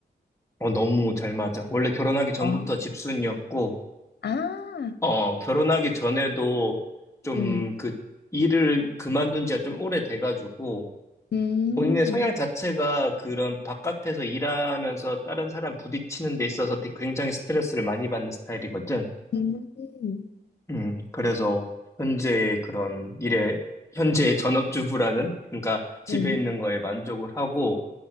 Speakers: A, on the left (about 15°); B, on the left (about 70°).
A: 어, 너무 잘 맞아. 원래 결혼하기 전부터
B: 어.
A: 집순이었고,
B: 아,
A: 어, 결혼하기 전에도 좀
B: 음,
A: 그 일을 그만둔 지가 좀 오래돼가지고,
B: 음,
A: 본인의 성향 자체가 그런 바깥에서 일하면서 다른 사람 부딪히는 데 있어서 되- 굉장히 스트레스를 많이 받는 스타일이거든.
B: 음, 음,
A: 음, 그래서 현재 그런 일에, 현재 전업주부라는, 그러니까 집에
B: 음.
A: 있는 거에 만족을 하고,